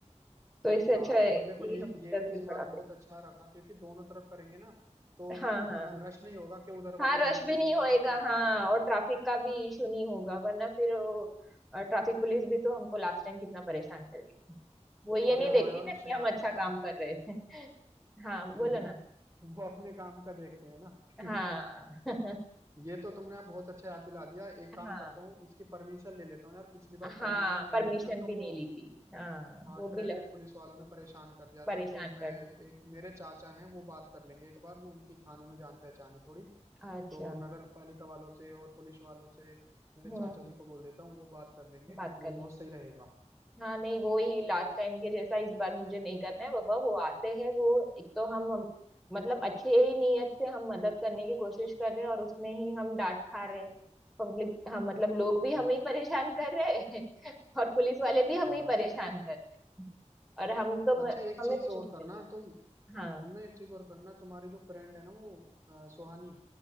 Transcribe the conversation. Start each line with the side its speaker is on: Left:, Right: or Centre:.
Centre: तो इससे अच्छा
Right: हाँ
Centre: है
Right: और
Centre: कि
Right: देखो ये
Centre: हम
Right: ये
Centre: डस्टबिन
Right: भी इस बार
Centre: बढ़ा
Right: बहुत
Centre: दें
Right: अच्छा रखा क्योंकि दोनों तरफ करेंगे ना तो
Centre: हाँ हाँ
Right: हमें
Centre: हाँ
Right: रश नहीं होगा कि उधर
Centre: हाँ
Right: वाले
Centre: रश
Right: इधर नहीं
Centre: भी
Right: आएंगे
Centre: नहीं होएगा
Right: इधर वाले उधर
Centre: हाँ
Right: नहीं जाएंगे
Centre: और ट्रैफिक का भी इशू नहीं होगा वरना फिर वो ट्रैफिक पुलिस भी तो हमको लास्ट टाइम कितना परेशान कर रही थी वो ये
Right: अरे
Centre: नहीं
Right: हाँ
Centre: देखती
Right: यार उससे
Centre: ना कि हम
Right: याद
Centre: अच्छा
Right: आया
Centre: काम कर रहे हैं <laughs> हाँ
Right: <laughs>
Centre: बोलो ना
Right: वो अपने काम का देखते हैं ना <laughs>
Centre: हाँ
Right: ये तो तुमने आप बहुत अच्छा याद दिला दिया एक
Centre: <laughs>
Right: काम
Centre: हाँ
Right: करता हूँ इसकी परमिशन ले लेता हूँ यार पिछली बार
Centre: हाँ
Right: परमिशन नहीं
Centre: परमिशन
Right: ली थी ना तो
Centre: भी
Right: वो
Centre: नहीं ली थी हाँ
Right: हाँ
Centre: वो
Right: ट्रैफिक
Centre: भी लग
Right: पुलिस वालों ने परेशान कर दिया
Centre: परेशान
Right: था तो मैं
Centre: कर दिया
Right: एक मेरे चाचा हैं वो बात कर लेंगे एक बार वो उनकी थाने में जान पहचान है थोड़ी
Centre: अच्छा
Right: तो नगर पालिका वालों से और पुलिस वालों से मेरे
Centre: हम्म
Right: चाचा जी को बोल देता हूँ वो बात कर लेंगे
Centre: बात
Right: वो
Centre: कर लेंगे
Right: बहुत सही रहेगा
Centre: हाँ नहीं वो ही लास्ट टाइम के जैसा इस बार मुझे नहीं करना है बाबा वो आते हैं वो एक तो हम, हम मतलब अच्छे ही नीयत से हम मदद करने की कोशिश कर रहे हैं और उसमें ही हम डांट खा रहे हैं पब्लिक हाँ मतलब लोग भी हमें
Right: हम्म,
Centre: ही परेशान कर रहे हैं <laughs> और पुलिस वाले भी हमें
Right: हाँ
Centre: ही परेशान कर रहे हैं और हम तो
Right: अच्छा
Centre: म-
Right: एक
Centre: हमें
Right: चीज
Centre: कुछ
Right: और
Centre: नहीं
Right: करना
Centre: मिल रहा
Right: तुम
Centre: हाँ
Right: तुमने एक चीज और करना तुम्हारी जो फ्रेंड है ना वो अ, सोहानी